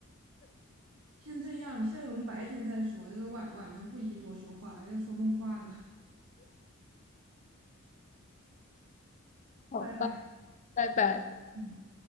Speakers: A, on the right (about 70°); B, on the left (about 35°).
A: 先这样，现在我们白天再说，这个晚晚上不宜多说话，要说梦话了。<laughs>
B: <laughs> 好吧，
A: 拜拜。
B: 拜拜。
A: 嗯。